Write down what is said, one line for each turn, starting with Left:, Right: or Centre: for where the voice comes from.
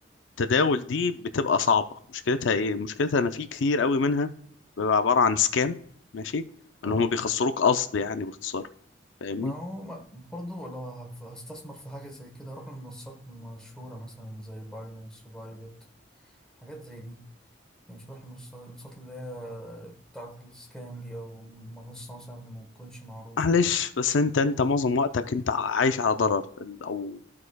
Left: التداول دي بتبقى صعبة مشكلتها إيه مشكلتها إن في كتير قوي منها بيبقى عبارة عن سكام ماشي
Centre: اه
Left: إن هم بيخسروك قصد يعني باختصار فاهمني
Centre: ما هو ما- برضه لو هف- هستثمر في حاجة زي كده هروح لمنصات مشهورة مثلا زي باينانس وبايبت حاجات زي دي يعني مش هروح للمنصات اللي هي بتاعة السكام دي أو منصة مثلا متكونش معروفة
Left: معلش بس انت انت معظم وقتك انت عايش على ضرر ال- او